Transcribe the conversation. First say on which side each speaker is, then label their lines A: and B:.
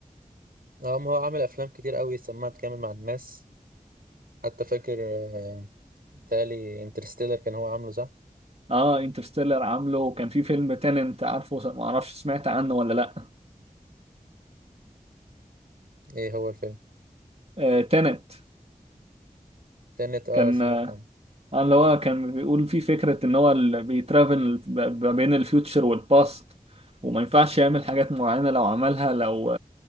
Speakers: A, on the right; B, on the right.
A: آه، ما هو عامل افلام كتير قوي سمعت كامل مع الناس حتى فاكر آه، بتهيألي انترستيلر كان هو عامله صح؟
B: اه انترستيلر عامله وكان في فيلم تننت عارفه ما اعرفش سمعت عنه ولا لا
A: ايه هو الفيلم؟
B: آه تننت
A: تنت اه
B: كان
A: سمعت
B: آه
A: عنه
B: اللي هو كان بيقول فيه فكرة ان هو اللي بيترافل ب- ما بين الفيوتشر والباست وما ينفعش يعمل حاجات معينة لو عملها لو